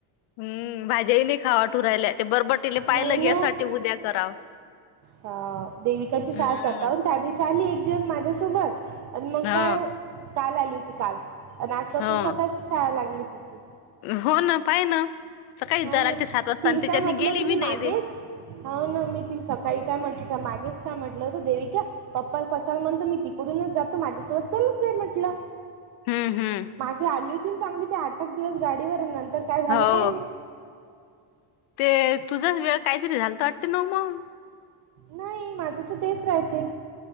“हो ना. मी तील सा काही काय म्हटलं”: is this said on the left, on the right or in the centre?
Right